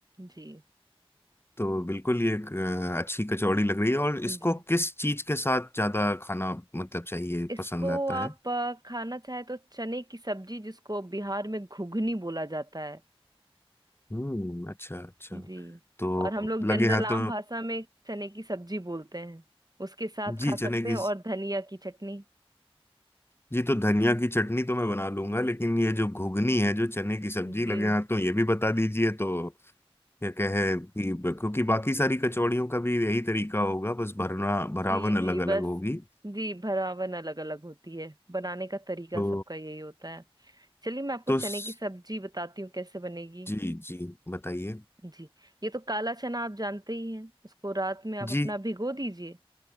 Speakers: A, on the right (about 40°); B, on the left (about 25°).
A: जी
B: तो बिल्कुल ये एक अ, अच्छी कचौड़ी लग रही है और इसको
A: जी
B: किस चीज के साथ ज्यादा खाना मतलब चाहिए
A: इसको
B: पसंद आता
A: आप
B: है
A: अ, खाना चाहे तो चने की सब्जी जिसको बिहार में घुघनी बोला जाता है
B: हम्म अच्छा अच्छा
A: जी
B: तो
A: और हम लोग जनरल
B: लगे हाथ
A: आम
B: तो
A: भाषा में चने की सब्जी बोलते हैं उसके साथ
B: जी
A: खा
B: चने
A: सकते
B: की
A: हैं और धनिया की चटनी
B: जी तो धनिया की चटनी तो मैं बना लूंगा लेकिन ये जो घुगनी है जो चने की सब्जी
A: जी
B: लगे हाथ तो ये भी बता दीजिए तो क्या कहे कि क्योंकि बाकी सारी कचौड़ियों का भी यही तरीका होगा बस भरना
A: जी
B: भरावन अलग
A: जी बस
B: अलग होगी
A: जी भरावन अलग अलग होती है बनाने का तरीका
B: तो
A: सबका यही होता है चलिए मैं आपको
B: तो
A: चने
B: स-
A: की सब्जी बताती हूँ कैसे बनेगी
B: जी जी बताइए
A: जी ये तो काला चना आप जानते ही हैं उसको रात में आप
B: जी
A: अपना भिगो दीजिए